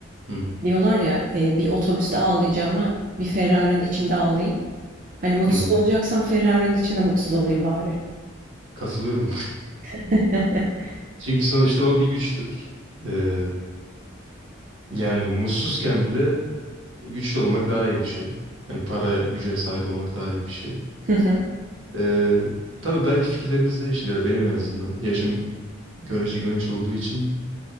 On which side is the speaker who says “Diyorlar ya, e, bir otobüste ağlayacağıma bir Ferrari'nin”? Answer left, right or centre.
Right